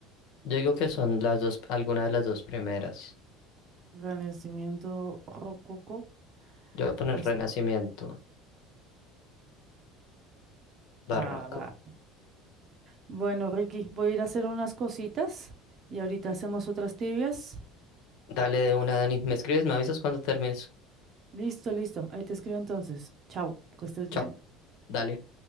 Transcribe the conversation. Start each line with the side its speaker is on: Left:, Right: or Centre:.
Left: Yo digo que son las dos, alguna de las dos primeras.
Right: Renacimiento, Rococó,
Left: Yo voy a poner
Right: pues,
Left: Renacimiento, Barroco.
Right: ah, va. Bueno, Ricky, voy a ir a hacer unas cositas y ahorita hacemos otras tibias.
Left: Dale de una, Dani. ¿Me escribes? ¿Me avisas cuando termines?
Right: Listo, listo. Ahí te escribo entonces. Chao, que estés
Left: Chao.
Right: bien.
Left: Dale.